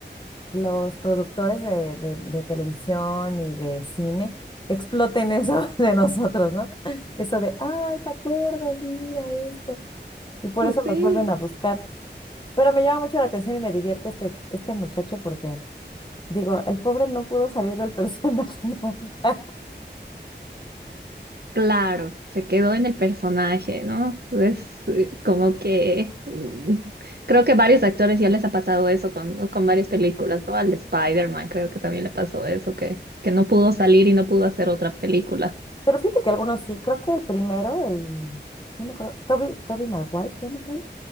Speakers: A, on the left (about 25°); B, on the right (about 60°).
A: los productores de, de- de televisión y de cine exploten eso <laughs> de nosotros, ¿no? Eso de, ay, ¿te acuerdas? Mira esto. Y por eso
B: Sí,
A: los vuelven a buscar. Pero me llama mucho la atención y me divierte este, este muchacho porque, digo, el pobre no pudo salir del personaje <laughs> nunca.
B: claro, se quedó en el personaje, ¿no? Es eh, como que mm, creo que varios actores ya les ha pasado eso con, ¿no? con varias películas, ¿no? Al Spider-Man creo que también le pasó eso, que, que no pudo salir y no pudo hacer otra película.
A: Pero fíjate que algunos sí. Creo que el primero, el, no me acuerdo, Toby, Toby Maguire se llama, creo,